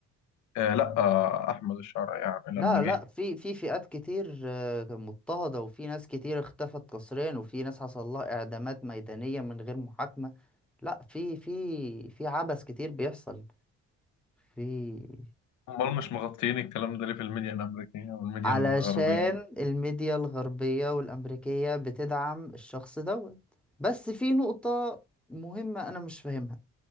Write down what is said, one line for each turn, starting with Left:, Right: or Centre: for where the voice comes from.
Left: آه لا آه أحمد الشرع يعني لما
Centre: لا لا
Left: جه
Centre: في في فئات كتير آه، مضطهدة وفي ناس كتير اختفت قسريا وفي ناس حصل لها إعدامات ميدانية من غير محاكمة لا في في في عبث كتير بيحصل في
Left: امال مش مغطيين الكلام ده ليه في الميديا الأمريكية والميديا
Centre: علشان
Left: الغربية
Centre: الميديا الغربية والأمريكية بتدعم الشخص دوت بس في نقطة مهمة أنا مش فاهمها